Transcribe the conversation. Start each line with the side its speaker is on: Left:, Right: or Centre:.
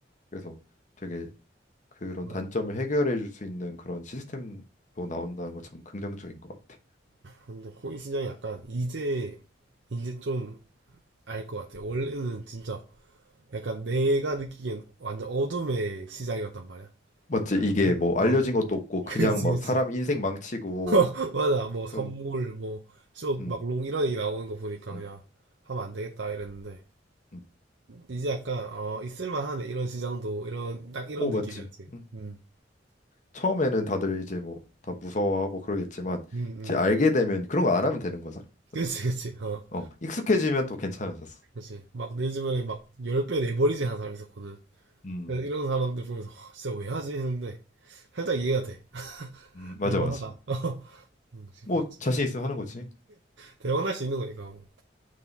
Left: 그래서 되게 그런
Right: 음,
Left: 단점을 해결해 줄 수 있는 그런 시스템도 나온다는 건 참 긍정적인 것 같아.
Right: 근데 코인 시장이 약간 이제 이제 좀 알 것 같아. 원래는 진짜 약간 내가 느끼기엔 완전 어둠의 시장이었단 말이야.
Left: 맞지?
Right: 약간
Left: 이게
Right: 세,
Left: 뭐
Right: 어,
Left: 알려진 것도
Right: <laughs>
Left: 없고 그냥
Right: 그치,
Left: 막
Right: 그치.
Left: 사람 인생 망치고
Right: <laughs> 맞아. 뭐
Left: 그런
Right: 선물, 뭐 쇼,
Left: 음,
Right: 막롱 이런 얘기 나오는 거 보니까
Left: 음,
Right: 그냥 하면 안 되겠다 이랬는데.
Left: 음.
Right: 이제 약간 어 있을만하네 이런 시장도 이런 딱 이런
Left: 오,
Right: 느낌이었지.
Left: 맞지? 음.
Right: 음,
Left: 처음에는 다들 이제 뭐 다 무서워하고 그러겠지만
Right: 음, 음.
Left: 이제 알게 되면 그런 거 안 하면 되는 거잖아. 맞지?
Right: 그렇지, 그렇지. 어,
Left: 어, 익숙해지면 또 괜찮아졌어.
Right: 그렇지. 막 내 주변에 막 열 배 내버리지 하는 사람 있었거든.
Left: 음,
Right: 그래서 이런 사람들 보면서 "와, 진짜 왜 하지 했는데 살짝 이해가 돼.
Left: 음, 맞아,
Right: 할만하다.
Left: 맞아.
Right: <laughs> 응 음, 싶었지.
Left: 뭐 자신 있으면 하는 거지.
Right: 대박날 수 있는 거니까. 뭐.